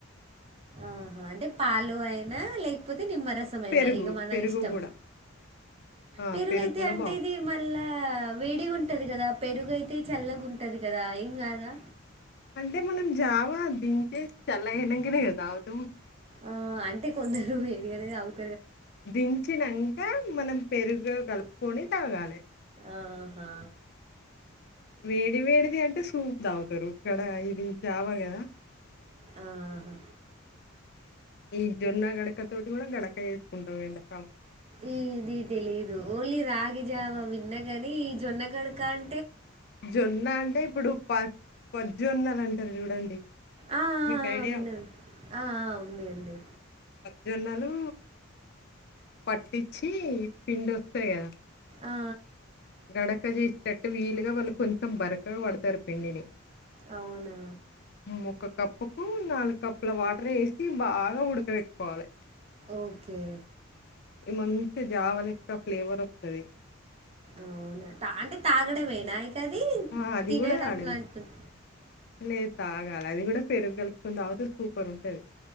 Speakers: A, on the left; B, on the right.
A: <unintelligible>
B: ఆహా అంటే పాలు అయినా లేకపోతే నిమ్మరసం ఐనా
A: పెరుగు,
B: ఇక మన
A: పెరుగు
B: ఇష్టం
A: గూడా. ఆ!
B: పెరుగైతే
A: పెరుగు గూడా
B: అంటే
A: బావుం
B: ఇది మళ్ళా వేడిగా ఉంటది కదా పెరుగైతే చల్లగా ఉంటది కదా ఏం కాదా
A: అంటే మనం జావా దీంటే చల్లనగైనకనేకదావుతం
B: ఆ అంటే కొందరు వేడిగానే తాగ్
A: దించినంక మనం పెరుగగలుప్ కొనీ తాగాలే
B: ఆహా
A: వేడి వేడిది అంటే సూప్ తాగుతారు ఇక్కడ ఇది జావా కదా
B: ఆ హా
A: ఈ జొన్న గడక తోటి కూడా గడక చేసుకుంటం ఎండకాలం
B: ఈ ఇది తెలిదు ఓన్లీ రాగి జావ విన్నగని ఈ జొన్న కడకా అం
A: జొన్న అంటే ఇప్పుడు ప పొద్జొన్న అంటారు చూడండి
B: ఆ ఆ
A: మీకు ఐడియా
B: విన్న
A: ఉందా
B: విన్న ఆ ఉంది ఉంది
A: జొన్నలు పట్టించి పిండి ఒస్తాయి కదా
B: ఆ! ఆ!
A: గడక చేసటట్టు వీలుగా వాళ్ళు కొంచెం బరకగా పడతారు పిండిని
B: అవునా
A: ఉమ్, ఒక కప్పుకు నాలుగు కప్పుల వాటర్ వేసి బాగా ఉడక పెట్టుకోవాలి
B: ఓకే.
A: ఈ మంచి జావ లెక్క ఫ్లేవర్ స్తది
B: అవునా అంటె తాగడమేనా ఇక అది
A: ఆ, అది
B: తినడం
A: కూడా తాడేము
B: లాంటిది
A: లేదు తాగాల అది కూడా పెరుగు కలుపుకుని తాగితె సూపర్ ఉంటది